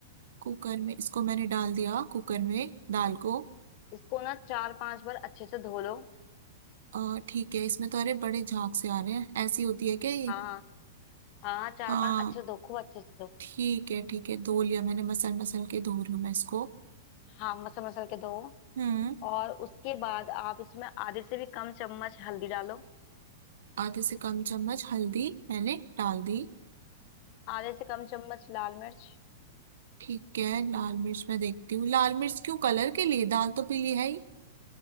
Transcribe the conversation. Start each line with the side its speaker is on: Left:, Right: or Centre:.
Right: कुकर में इसको मैंने डाल दिया कुकर में दाल को
Left: इसको ना चार पांच बार अच्छे से धो लो
Right: और ठीक है इसमें तो अरे बड़े झाग से आ रहे हैं ऐसी होती है क्या ये
Left: हाँ हाँ हाँ हाँ, चार
Right: हाँ
Left: पांच अच्छे से धो खूब अच्छे से धो
Right: ठीक है ठीक है धो लिया मैंने मसल मसल के धो लूँ मैं इसको
Left: हाँ मसल मसल के धो
Right: हम्म
Left: और उसके बाद आप इसमें आधे से भी कम चम्मच हल्दी डालो
Right: आधे से कम चम्मच हल्दी मैंने डाल दी
Left: आधे से कम चम्मच लाल मिर्च
Right: ठीक है लाल मिर्च मैं देखती हूँ लाल मिर्च क्यों कलर के लिए दाल तो पीली है ही